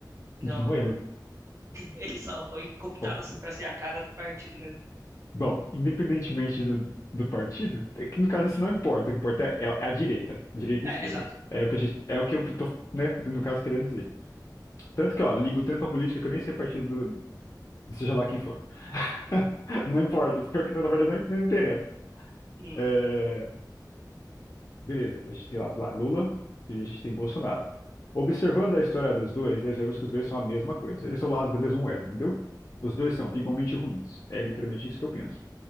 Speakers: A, on the right (about 40°); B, on the left (about 40°).
A: Não,
B: Não lembro.
A: Ele só foi cooptado
B: Bom.
A: assim pra ser a cara do partido mesmo.
B: Bom, independentemente do, do partido, é que no caso isso não importa, o que importa é, é a direita, direita e
A: É,
B: esquerda.
A: exato.
B: É o que a gente, é o que eu tô, né, no caso, querendo dizer. Tanto que, ó, ligo tanto pra política que eu nem sei partido do, seja lá quem for. <laughs> Não importa, porque na verdade não, não interessa.
A: Hum.
B: É, beleza, a gente tem lá, sei lá, Lula e a gente tem Bolsonaro. Observando a história dos dois, nós vemos que os dois são a mesma coisa. Eles são lados da mesma moeda, entendeu? Os dois são igualmente ruins. É literalmente isso que eu penso.